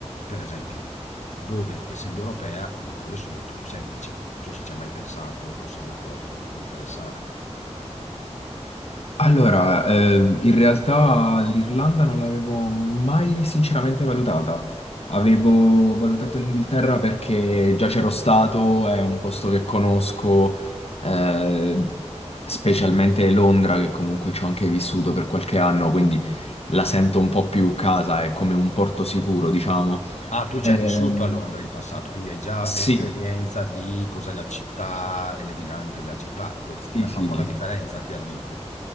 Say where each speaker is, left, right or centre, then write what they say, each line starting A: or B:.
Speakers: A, on the left; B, on the left.
A: per esempio, dove, essendo europea, le cose sono molto più semplici. Non so se ci hai mai pensato o se è una cosa che ti può interessare.
B: Allora, ehm, in realtà l'Irlanda non l'avevo mai sinceramente valutata. Avevo valutato l'Inghilterra perché già c'ero stato, è un posto che conosco, eh, specialmente Londra, che comunque ci ho anche vissuto per qualche anno, quindi la sento un po' più casa, è come un porto sicuro, diciamo.
A: Ah, tu
B: Ehm,
A: ci hai vissuto a Londra in passato, quindi hai già
B: sì,
A: esperienza di cos'è la città e le dinamiche della città. Que-
B: sì,
A: Cioè,
B: sì.
A: fa un po' la differenza, chiaramente.